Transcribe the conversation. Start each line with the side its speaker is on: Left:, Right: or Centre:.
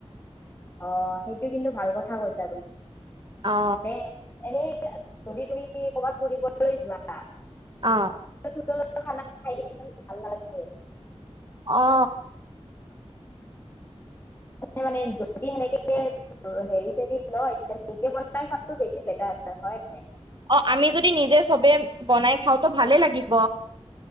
Left: অ সেইটো কিন্তু ভাল কথা কৈছা তুমি।
Right: অ
Left: এনেই এনেই। যদি তুমি কবাত ফুৰিবলৈ যোৱা।
Right: অ
Left: সোতেলত খা খাই কিনে ইমান ভাল নালাগে।
Right: অ
Left: অ। মানে। যদি সেনেকে হেৰি চ লয় তে নিজে বনাই খোৱাটো বেছি বেটাৰ হয়।
Right: অ আমি যদি নিজে চবে বনাই খাওঁতো ভালে লাগিব।